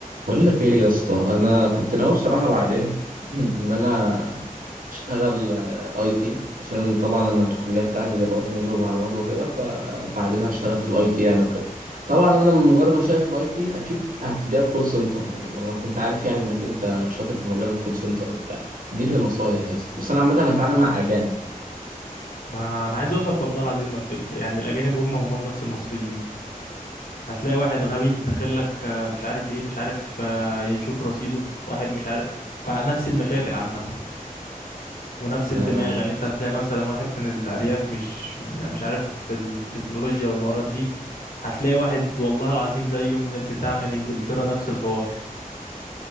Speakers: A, on the right; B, on the left.
A: بقول لك ايه يا اسطى انا كنت ناوي بصراحه بعدين <clears throat> ان انا اشتغل اي تي عشان طبعا انا الكليه بتاعتي دلوقتي نظم معلومات وكده فبعدين هشتغل في الاي تي يعني وكده طبعا انا مجرد ما شايف في الاي تي اكيد هبتديها بكول سنتر وانا كنت عارف يعني انك انت شاطر في مجال الكول سنتر وبتاع اديني نصايح يا اسطى بس انا عامه هتعامل مع اجانب
B: ما انا عايز اقول لك والله العظيم ما بتفرق يعني الاجانب هم هم نفس المصريين هتلاقي واحد غبي داخل لك آه، مش عارف ايه مش عارف آه، يشوف رصيده واحد مش عارف فنفس المشاكل عامه ونفس
A: لا
B: الدماغ يعني انت هتلاقي مثلا واحد من الارياف مش يعني مش عارف في التكنولوجيا والحوارات دي هتلاقي واحد والله العظيم زيه من البتاع من انجلترا نفس الحوار